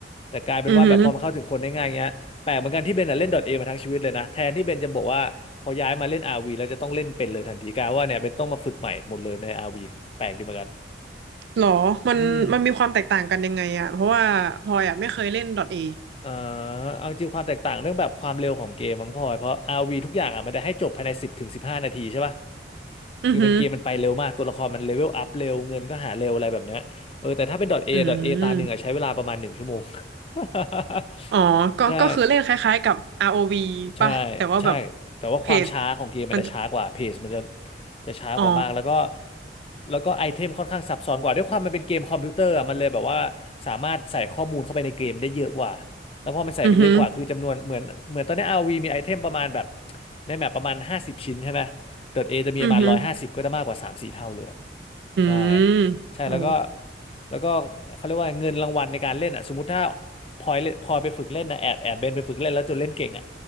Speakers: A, on the left; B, on the right.
A: แต่กลายเป็นว่าแบบพอมันเข้าถึงคนได้ง่ายเงี้ยแปลกเหมือนกันที่เบนน่ะเล่น
B: อือฮึ
A: .A มาทั้งชีวิตเลยนะแทนที่เบนจะบอกว่าพอย้ายมาเล่น RV แล้วจะต้องเล่นเป็นเลยทันทีกลายว่าเนี่ยเบนต้องมาฝึกใหม่หมดเลยในอาร์วีแปลกดีเหมือนกัน
B: หรอมันมันมีความแตกต่างกันยังไงอะเพราะว่าพลอยอะไม่เคยเล่น
A: อืม
B: .A
A: เอ่อเอาจริงความแตกต่างเรื่องแบบความเร็วของเกมมั้งพลอยเพราะ RV ทุกอย่างอ่ะมันได้ให้จบภายในสิบถึงสิบห้านาทีใช่ป่ะ
B: อือฮึ
A: คือมันเกมมันไปเร็วมากตัวละครมันเลเวลอัพเร็วเงินก็หาเร็วอะไรแบบเนี้ยเออแต่ถ้าเป็น .A
B: อืม
A: .A ตาหนึ่งอ่ะใช้เวลาประมาณหนึ่งชั่วโมง <laughs>
B: อ๋อก็ก็คือเล่นคล้ายๆกับ
A: ใช่
B: ROV
A: ใช่
B: ป่ะแต่ว่าแบบ
A: ใช่แต่ว่าความช้าของเกมมันจะช้ากว่าเพจมันจะ
B: เพจมันจะ
A: จะช้ากว่ามากแล้วก็
B: อ๋อ
A: แล้วก็ไอเทมค่อนข้างซับซ้อนกว่าด้วยความมันเป็นเกมคอมพิวเตอร์อะมันเลยแบบว่าสามารถใส่ข้อมูลเข้าไปในเกมได้เยอะกว่าแล้วพอมันใส่ไปเยอะกว่าคือจำนวนเหมือนเหมือนตอนนี้
B: อือฮึ
A: RV มีไอเทมประมาณแบบในแมปประมาณห้าสิบชิ้นใช่ไหม .A จะมีประมาณร้อยห้าสิบก็จะมากกว่าสามสี่เท่าเลย
B: อือฮึอืม
A: ใช่ใช่แล้วก็
B: โอ้
A: แล้วก็เขาเรียกว่าเงินรางวัลในการเล่นอ่ะสมมติถ้าพลอยเล่นพลอยไปฝึกเล่นนะแอบแอบเบนไปฝึกเล่นแล้วจนเล่นเก่งอ่ะ